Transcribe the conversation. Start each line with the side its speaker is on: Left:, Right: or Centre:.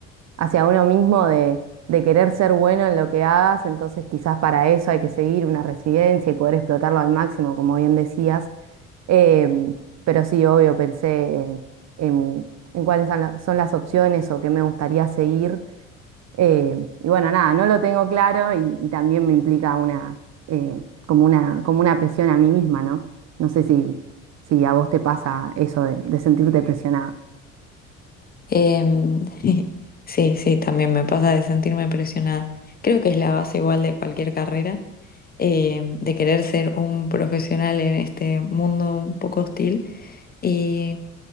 Right: hacia uno mismo de, de querer ser bueno en lo que hagas, entonces quizás para eso hay que seguir una residencia y poder explotarlo al máximo, como bien decías. Em, pero sí, obvio, pensé en, en- en cuáles son, la- son las opciones o qué me gustaría seguir. Em, y bueno, nada, no lo tengo claro y, y también me implica una, eh, como una, como una presión a mí misma, ¿no? No sé si, si a vos te pasa eso de, de sentirte presionada.
Left: Em, <laughs> sí, sí, también me pasa de sentirme presionada. Creo que es la base igual de cualquier carrera, em, de querer ser un profesional en este mundo un poco hostil. Y,